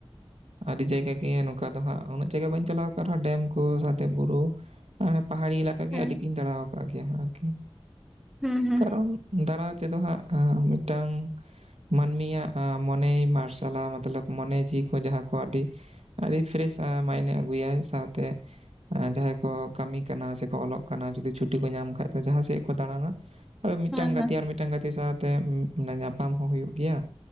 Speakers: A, on the right (about 80°); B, in the centre.
A: ᱟᱹᱰᱤ ᱡᱟᱭᱜᱟ ᱜᱮ ᱱᱚᱝᱠᱟ ᱫᱚ ᱦᱟᱸᱜ ᱩᱱᱟᱹᱜ ᱡᱟᱭᱜᱟ ᱵᱟᱹᱧ ᱪᱟᱞᱟᱣ ᱟᱠᱫ ᱨᱮᱦᱚᱸ ᱰᱮᱢ ᱠᱚ ᱥᱟᱶᱛᱮ ᱵᱩᱨᱩ ᱯᱟᱦᱟᱲᱤ ᱮᱞᱟᱠᱟ ᱜᱮ
B: ᱦᱮᱸ
A: ᱟᱹᱰᱤᱜᱤᱧ ᱫᱟᱬᱟ ᱟᱠᱟᱫ ᱜᱮᱭᱟ ᱟᱨᱠᱤ
B: ᱦᱩᱸ ᱦᱩᱸ
A: ᱠᱟᱨᱚᱱ
B: ᱦᱮᱸ
A: ᱫᱟᱲᱟ ᱛᱮᱫᱚ ᱦᱟᱸᱜ ᱢᱤᱫᱴᱟᱝ ᱢᱟᱹᱱᱢᱤᱭᱟᱜ ᱢᱚᱱᱮ ᱢᱟᱨᱥᱟᱞᱟ ᱢᱚᱛᱞᱚᱵ ᱢᱚᱱᱮ ᱡᱤᱣᱤ ᱠᱚ ᱡᱟᱦᱟᱸ ᱠᱚ ᱟᱹᱰᱤ ᱟᱹᱰᱤ ᱯᱷᱨᱮᱥᱼᱟ ᱢᱟᱭᱤᱱᱰ ᱮ ᱟᱹᱜᱩᱭᱟ ᱥᱟᱶᱛᱮ ᱡᱟᱦᱟᱸᱭ ᱠᱚ ᱠᱟᱹᱢᱤ ᱠᱟᱱᱟ ᱥᱮᱠᱚ ᱚᱞᱚᱜ ᱠᱟᱱᱟ ᱡᱚᱫᱤ ᱪᱷᱩᱴᱤ ᱠᱚ ᱧᱟᱢᱟ ᱠᱷᱟᱡ ᱫᱚ ᱡᱟᱦᱟᱸ ᱥᱮᱫ ᱠᱚ ᱫᱟᱬᱟᱱᱟ ᱟᱫᱚ ᱢᱤᱫᱴᱟᱱ
B: ᱦᱮᱸ
A: ᱜᱟᱛᱮ ᱟᱨ ᱢᱤᱫᱴᱟᱱ ᱜᱟᱛᱮ ᱥᱟᱶᱛᱮᱟᱱ ᱧᱟᱯᱟᱢ ᱦᱚᱸ ᱦᱩᱭᱩᱜ ᱜᱮᱭᱟ᱾